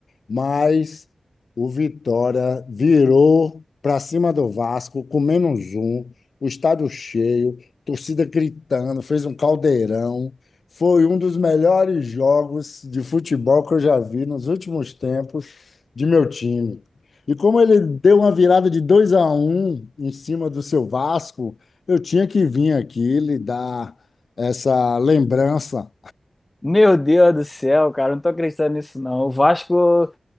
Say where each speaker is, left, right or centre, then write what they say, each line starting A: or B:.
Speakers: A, on the left; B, on the left.
A: mas o Vitória virou para cima do Vasco com menos um, o estádio cheio, torcida gritando, fez um caldeirão. Foi um dos melhores jogos de futebol que eu já vi nos últimos tempos de meu time. E como ele deu uma virada de 2 a um em cima do seu Vasco, eu tinha que vir aqui lhe dar essa lembrança.
B: Meu Deus do céu, cara, não tô acreditando nisso não. O Vasco,